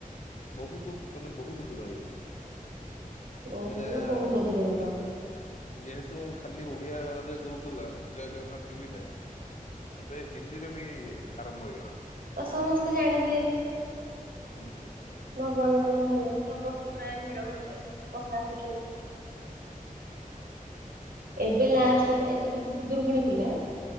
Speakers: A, on the left; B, on the right.
A: ବୋହୁତୁ ମାନେ ବୋହୁତୁ ଭିଡ ହେଇଯାଉଛି
B: ବହୁତ
A: ମାନେ
B: ବହୁତ ଅଧିକ ଭିଡ।
A: ଯେ ଯେହେତୁ ଖାଲି ଓଡିଆରେ ଦୋଉଥିଲା ଜୟ ଜଗନ୍ନାଥ ଟିଭି ଟା। ଏବେ ହିନ୍ଦୀ ରେ ବି ଆରମ୍ଭ ହୋଇଗଲାଣି।
B: ତ ସମସ୍ତେ ଜାଣିଥିଲେ।
A: ହୁଁ ହୁଁ।
B: ଭଗବାନଙ୍କର ମହିମା ସମସ୍ତେ ପ୍ରାୟ ଭିଡ ହୋଉଛି ସମସ୍ତେ ଆସୁଛନ୍ତି। ଏବେ
A: ତ
B: ଲାଷ୍ଟ
A: ହଁ
B: ରେ ଯାଇଥିଲୁ ଖୁଦୁରୁକୁଣୀ ପିଲା।